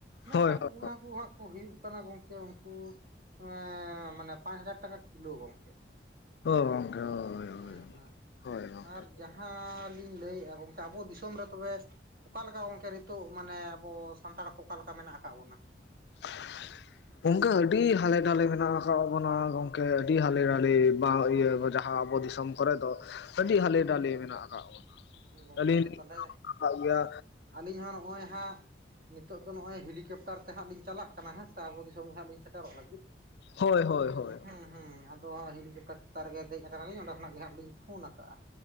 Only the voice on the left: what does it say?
ᱦᱳᱭ
ᱦᱳᱭ
ᱚ ᱜᱚᱝᱠᱮ᱾ ᱦᱳᱭ ᱦᱳᱭ
ᱦᱳᱭ ᱜᱚᱝᱠᱮ
<inaudible> ᱚᱱᱠᱟ ᱟᱹᱰᱤ ᱦᱟᱞᱮ ᱰᱟᱞᱮ ᱢᱮᱱᱟᱜ ᱟᱠᱟᱫ ᱵᱚᱱᱟ ᱜᱚᱝᱠᱮ ᱟᱹᱰᱤ ᱦᱟᱞᱮ ᱰᱟᱞᱮ, <inaudible> ᱤᱭᱟᱹ ᱡᱟᱸᱦᱟᱸ ᱟᱵᱚ ᱫᱤᱥᱚᱢ᱾ ᱫᱤᱥᱚᱢ ᱠᱚᱨᱮ ᱫᱚ ᱟᱹᱰᱤ ᱦᱟᱞᱮ ᱰᱟᱞᱮ ᱢᱮᱱᱟᱜ ᱟᱠᱟᱫ ᱵᱚᱱᱟ᱾
ᱟᱹᱞᱤᱧ ᱞᱤᱧ
ᱟᱠᱟᱫ ᱜᱮᱭᱟ
ᱦᱳᱭ ᱦᱳᱭ
ᱦᱳᱭ